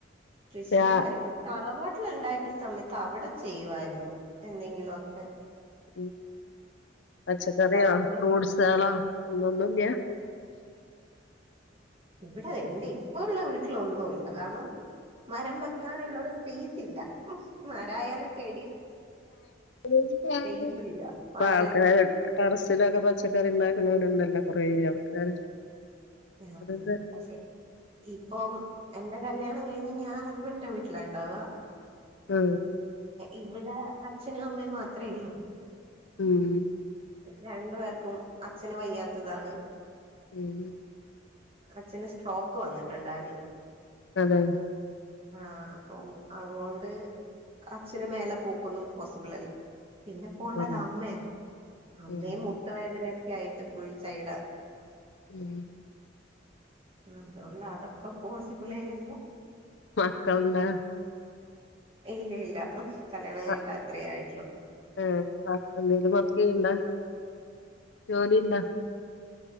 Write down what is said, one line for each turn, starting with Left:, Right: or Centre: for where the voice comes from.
Right: കൃഷി
Left: രാ
Right: കാര്യങ്ങളും തറവാ ട്ടിൽ ഇണ്ടായിരുന്ന സമയത്ത് അവിടെ ചെയ്യുവായിരുന്നു എന്തെങ്കിലൊക്കെ.
Left: ഉം പച്ചക്കറിയോ
Right: അങ്ങനെ
Left: ഫ്രൂട്സ്കളോ?
Right: എന്തെങ്കിലും
Left: ഉം ഒന്നുല്ല്യാ.
Right: ഇവിട എന്റെ ഇപ്പോ ഉള്ള വീ ട്ടിലൊന്നുല്ല കാരണം മരം വെക്കാനുള്ളൊരു സ്പേസ് ഇല്ല മരായാലും ചെ
Left: ഇപ്പ
Right: സ്പേസ് ഇല്ല വളരെ
Left: ആൾക്കാരൊക്കെ ടെറസിലൊക്കെ പ ച്ചക്കറി ഉണ്ടാക്കുന്നവരുണ്ടല്ലോ കൊറേ ആൾക്കാര്.
Right: ആ
Left: അതൊക്കെ
Right: പക്ഷേ ഇപ്പോ എന്റെ കല്യാണം കഴിഞ്ഞ് ഞാൻ ഹസ്ബന്റിന്റെ വീട്ടിലിണ്ടാവാ
Left: ആ
Right: ഇവിടെ അച്ഛനും അമ്മേയും മാത്രേള്ളൂ
Left: ഉം
Right: രണ്ട് പേർക്കും അച്ഛന് വയ്യാത്തതാണ്
Left: ഉം
Right: അച്ഛന് സ്ട്രോക്ക് വന്നിട്ട്ണ്ടായിര്ന്നു
Left: അതെ
Right: ആ അപ്പംഅതോണ്ട് അച്ഛന് മേലെ പോക്കൊന്നും പോസിബിൾ അല് പിന്നെ പോണ്ടത്
Left: ഉം
Right: അമ്മയാ
Left: ഉം
Right: അമ്മയും മുട്ടുവേദനയൊ ക്കെ ആയിട്ട് ഫുൾ ടയേഡാ
Left: ഉം
Right: അതോണ്ട് അതൊക്ക പോസിബിളെ അല്ല
Left: മക്കൾണ്ടൊ
Right: ഇല്ല ഇല്ല കല്യാണം കഴിഞ്ഞിട്ട്
Left: അ
Right: അത്രേ ആയിട്ടുള്ളൂ
Left: ഏ വർക്ക്‌ എന്തെലും കൊറ ചെയ്യ്ണ്ടോ ജോലി ണ്ടോ